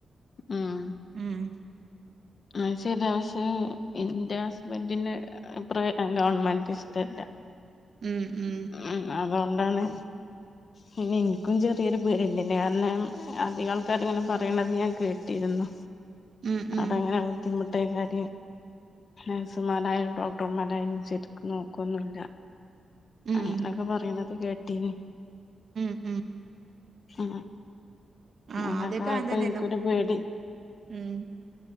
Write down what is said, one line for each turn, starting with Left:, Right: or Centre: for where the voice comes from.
Left: ഉം
Right: ഉം
Left: അത് ശരിയാ പക്ഷെ എന്റെ ഹസ്ബൻ്റിന് പ്ര ഗവൺമെന്റ് ഇഷ്ടല്ല
Right: ഉം ഉം
Left: ഉം അതൊണ്ടാണ്
Right: ഉ <unintelligible>
Left: പിന്നെ എനിക്കും ചെറിയൊരു പേടിണ്ടില്ലേ കാരണം അധികം ആൾക്കാർ ഇങ്ങനെ പറയണത് ഞാൻ കേട്ടിരുന്നു
Right: ഉം
Left: അവിടെ
Right: ഉം
Left: അങ്ങനെ ബുദ്ധിമുട്ടേ കാര്യം നേഴ്സുമാരായാലും ഡോക്ടർമാരായാലും ശരിക്ക് നോക്കൊന്നില്ല
Right: ഉം
Left: അങ്ങനൊക്കെ പറയണത് കേട്ടീന്
Right: ഉം ഉം
Left: ആ
Right: ആ
Left: അങ്ങനൊക്കയപ്പ
Right: ആദ്യൊക്കെ അങ്ങനെ തന്നെയായിരുന്നു
Left: എനിക്കൊരു പേടി
Right: ഉം ഉം